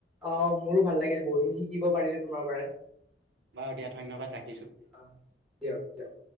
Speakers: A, in the centre; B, on the right.
A: অ মোৰো ভাল লাগিল বহুখিন শিকিব পাৰিলে তোমাৰ পৰা।
B: বাৰু দিয়া ধন্যবাদ ৰাখি।
A: আ দিয়ক দিয়ক।